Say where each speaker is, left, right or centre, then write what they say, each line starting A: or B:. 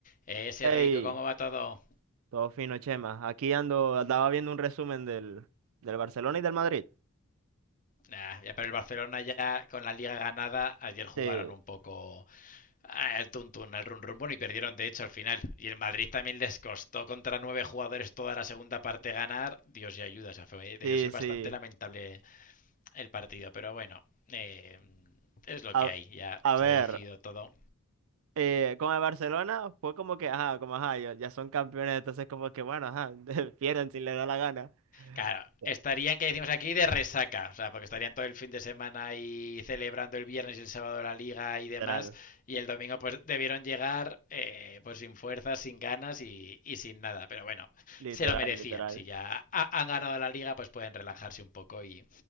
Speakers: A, on the left; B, on the right.
A: Ese
B: Hey,
A: rico, ¿cómo va todo?
B: todo fino, Chema. Aquí ando, andaba viendo un resumen del, del Barcelona y del Madrid.
A: Nah, ya para el Barcelona ya con la liga ganada, ayer jugaron
B: Sí,
A: un poco al tuntún, al run run, bueno, y perdieron de hecho al final. Y el Madrid también les costó contra nueve jugadores toda la segunda parte ganar. Dios y ayuda, o sea, fue- debió
B: sí,
A: ser
B: sí.
A: bastante lamentable el partido, pero bueno, eh, es lo que
B: A,
A: hay, ya
B: a
A: se
B: ver,
A: ha decidido todo
B: eh, con el Barcelona fue como que, ajá, como ajá, ya, ya son campeones, entonces como que, bueno, ajá, <laughs> pierden si les da la gana.
A: Claro,
B: Ya,
A: estarían, que decimos aquí, de resaca, o sea, porque estarían todo el fin de semana y celebrando el viernes y el sábado la liga y demás,
B: Literal,
A: y el domingo pues debieron llegar eh, pues sin fuerzas, sin ganas y, y sin nada, pero bueno,
B: literal,
A: se lo merecían,
B: literal.
A: si ya ha- han ganado la liga pues pueden relajarse un poco y,